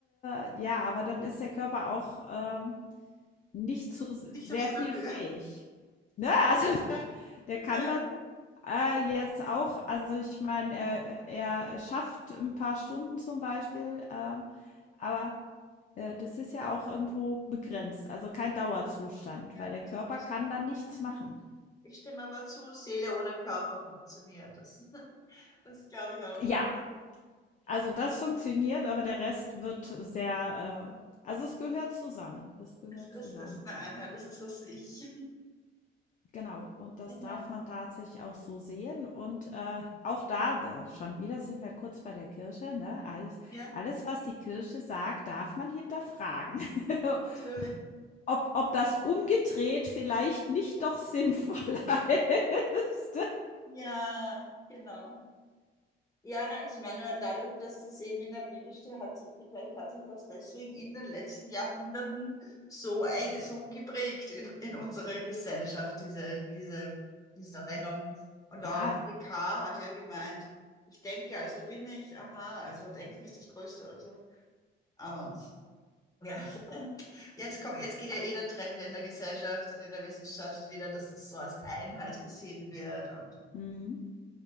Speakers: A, on the left; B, on the left.
A: äh, ja, aber dann ist der Körper auch, ähm Nicht zu
B: Und
A: s
B: Nicht
A: sehr
B: auf seiner
A: viel
B: Höhe.
A: fähig. Ne, <laughs> also der der
B: <laughs>
A: kann
B: Ja,
A: dann, äh, jetzt auch also ich meine, er er schafft ein paar Stunden zum Beispiel, ähm, aber, äh, das ist ja auch irgendwo begrenzt, also kein Dauerzustand,
B: ja,
A: weil der
B: ich,
A: Körper
B: ich,
A: kann dann nichts
B: ja.
A: machen.
B: Ich stimme aber zu, Seele ohne Körper funktioniert. Das, <laughs> das glaube ich auch.
A: Ja, also das funktioniert, aber der Rest wird sehr, äh also es gehört zusammen. Es gehört
B: Es, es
A: zusammen.
B: ist eine Einheit, es ist das Ich. <laughs>
A: Genau, und das
B: Ja,
A: darf man tatsächlich auch so sehen. Und äh, auch da, äh, schon wieder sind wir kurz bei der Kirche, ne? Alles,
B: ja,
A: alles, was die Kirche sagt, darf man hinterfragen. <laughs>
B: natürlich.
A: Ob, ob das umgedreht vielleicht nicht doch sinnvoller <laughs> ist.
B: Ja, genau. Ja, na, ich meine, dadurch, dass das eben in der Bibel steht, hat sich, vielleicht hat sich das deswegen in den letzten Jahrhunderten so, eig- so geprägt in, in unserer Gesellschaft, diese, diese, diese Trennung. Und auch
A: Ja,
B: die K. hat ja gemeint, ich denke, also bin ich, aha, also Denken ist das Größte oder so. Aber ja, <laughs> jetzt kommt, jetzt geht ja eh der Trend in der Gesellschaft und in der Wissenschaft wieder, dass das so als Einheit gesehen wird und
A: mhm.